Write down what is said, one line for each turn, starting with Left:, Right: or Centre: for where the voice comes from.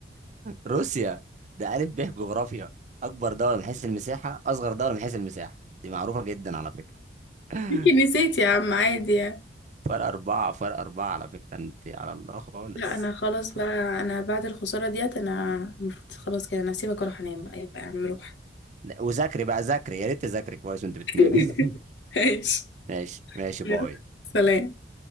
Right: روسيا ده الف ب جغرافيا اكبر دوله من حيث المساحه اصغر دوله من حيث المساحه دي معروفه جدا على فكره <laughs>
Left: يمكن نسيت يا عم عادي يعني
Right: فرق أربعة فرق أربعة على فكرة أنت على الله خالص
Left: لا انا خلاص
Right: ف...
Left: بقى انا بعد الخسارة ديت انا المفروض خلاص كده انا هسيبك واروح انام بقى يلا يا عم روح
Right: لا، وذاكري بقى ذاكري يا ريت تذاكري كويس وأنت بتنامي
Left: <laughs>
Right: <laughs>
Left: ماشي
Right: ماشي ماشي
Left: يلا.
Right: باي
Left: سلام